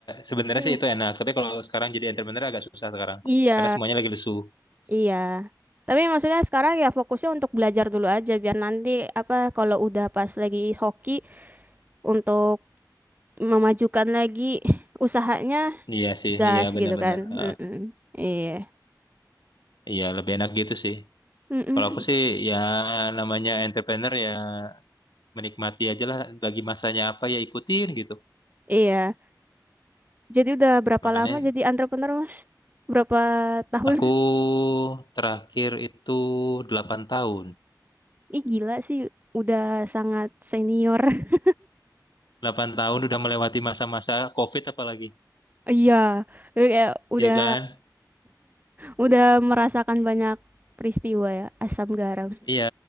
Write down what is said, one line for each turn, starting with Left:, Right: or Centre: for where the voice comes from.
Left: sebenarnya
Right: Hmm.
Left: sih itu enak. Tapi kalau sekarang jadi entrepreneur agak susah sekarang.
Right: Iya,
Left: Karena semuanya lagi lesu.
Right: iya. Tapi maksudnya sekarang ya fokusnya untuk belajar dulu aja biar nanti apa kalau udah pas lagi hoki untuk memajukan lagi usahanya
Left: Iya sih,
Right: gas
Left: iya benar-benar.
Right: gitu kan.
Left: Heeh.
Right: Mm-mm. Iya.
Left: iya, lebih enak gitu sih.
Right: Mm-mm.
Left: Kalau aku sih ya namanya entrepreneur ya menikmati aja lah bagi masanya apa ya ikutin gitu.
Right: Iya. Jadi udah berapa
Left: Makanya
Right: lama jadi entrepreneur, Mas? Berapa tahun?
Left: aku terakhir itu 8 tahun.
Right: <laughs> Ih, gila sih, udah sangat senior. <laughs>
Left: delapan tahun udah melewati masa-masa COVID apalagi.
Right: Iya, jadi kayak udah
Left: Iya kan?
Right: udah merasakan banyak peristiwa ya, asam garam.
Left: Iya,